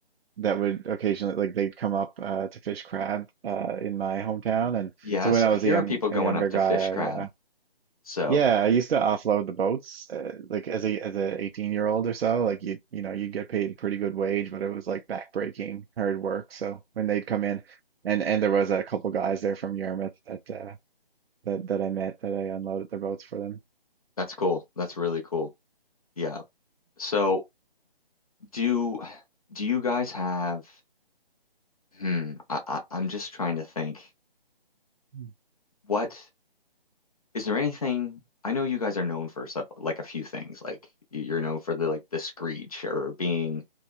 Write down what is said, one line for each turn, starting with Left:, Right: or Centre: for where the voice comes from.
Right: that would occasionally like they'd come up uh, to fish crab uh, in my hometown, and
Left: Yes,
Right: so when I was
Left: I hear
Right: a young
Left: of people going
Right: a younger
Left: up to
Right: guy,
Left: fish crab.
Right: I uh,
Left: So
Right: yeah I used to offload the boats uh, like as a as a 18 year old or so like you you know you'd get paid pretty good wage, but it was like backbreaking hard work. So when they'd come in, and and there was a couple guys there from Yarmouth that uh, that that I met that I unloaded their boats for them.
Left: that's cool. That's really cool. Yeah. So do do you guys have? Hmm. I, I I'm just trying to think.
Right: Mhm.
Left: What? Is there anything I know you guys are known for sup- like a few things like y- you're known for the like the screech or being